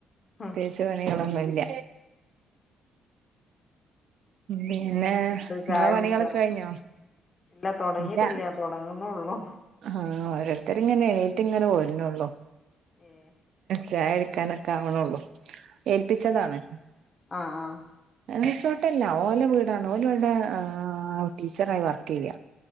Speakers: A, on the left; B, on the right.
A: ഉം
B: തേച്ചു പണികളൊന്നുംല്ല പിന്നെ
A: എന്ത്
B: ഇങ്ങളെ
A: ചായകുടിച്ചോ
B: പണികളൊക്കെ കഴിഞ്ഞോ
A: ഇല്ല തൊടങ്ങീട്ടില്ല
B: ഇല്ല
A: തൊടുങ്ങുന്നെ ഉള്ളു
B: ആഹ് ഓരോരുത്തരിങ്ങനെ എണീറ്റിങ്ങനെ പോരുന്നുള്ളൂ
A: ഏഹ്
B: ചായ കുടിക്കാൻ കാവണുള്ളൂ ഏൽപ്പിച്ചതാണ്
A: ആഹ് ആഹ്
B: റിസോട്ടല്ല ഓലെ വീടാണ് ഓല്‌വിടെ ടീച്ചറായി വർക്ക് ചെയ്യാ